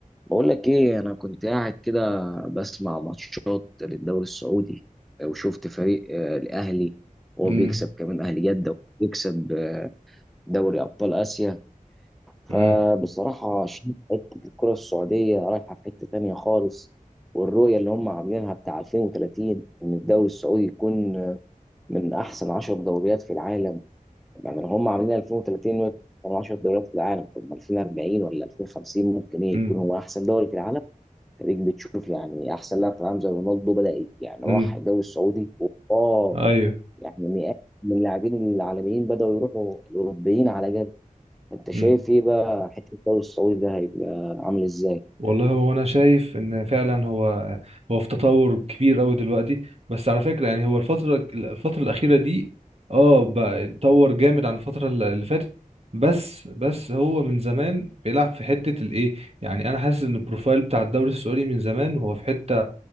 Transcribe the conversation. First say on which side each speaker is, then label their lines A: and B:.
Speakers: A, in the centre; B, on the right (about 45°).
A: بقول لك ايه انا كنت قاعد كده بسمع ماتشات للدوري السعودي آه، وشفت فريق آه، الاهلي وهو
B: امم
A: بيكسب كمان اهلي جده وبيكسب آه، دوري ابطال اسيا فبصراحه
B: امم
A: شايف حته الكره السعوديه رايحه في حته تانية خالص والرؤيه اللي هم عاملينها بتاع 2030 ان الدوري السعودي يكون آه، من احسن 10 دوريات في العالم يعني لو هم عاملين 2030 إنه يكون من 10 دوريات في العالم طب ما 2040 ولا 2050 ممكن ايه
B: امم
A: يكون هو احسن دوري في العالم خليك بتشوف يعني احسن لاعب في العالم زي رونالدو بدا يعني
B: امم
A: راح الدوري السعودي واه
B: ايوه
A: يعني مئات من اللاعبين العالميين بداوا يروحوا الاوروبيين على جد انت شايف
B: مم.
A: ايه بقى حته الدوري السعودي ده هيبقى عامل ازاي؟
B: والله هو انا شايف ان فعلا هو هو في تطور كبير قوي دلوقتي بس على فكره يعني هو الفتره الفتره الاخيره دي اه بقى اتطور جامد عن الفتره الل- اللي فاتت بس بس هو من زمان بيلعب في حته الايه يعني انا حاسس ان البروفايل بتاع الدوري السعودي من زمان هو في حته